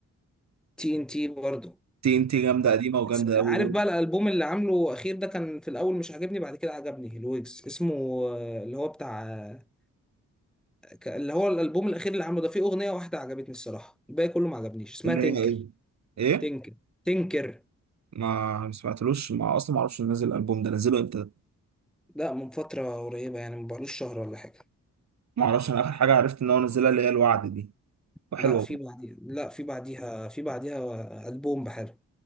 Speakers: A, in the centre; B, on the right (about 60°).
A: تي ان تي برضه
B: تي ان تي جامده قديمه وجامده
A: بس
B: قوي
A: عارف
B: برضه
A: بقى الالبوم اللي عامله اخير ده كان في الاول مش عاجبني بعد كده عجبني الويجز اسمه آه، اللي هو بتاع آه، ك- اللي هو الالبوم الاخير اللي عامله ده فيه اغنيه واحده عجبتني الصراحه الباقي كله ما عجبنيش اسمها
B: اللي
A: تنكر
B: هي ايه ايه
A: تنكر تنكر
B: ما ما سمعتلوش ما اصلا ما اعرفش نزل الالبوم ده نزله امتى ده؟
A: لا من فتره قريبه يعني ما بقالوش شهر ولا حاجه
B: ما اعرفش انا اخر حاجه عرفت ان هو نزلها اللي هي الوعد دي وحلوه
A: لا في
B: برضه
A: بعديها لا في بعديها في بعديها البوم بحاله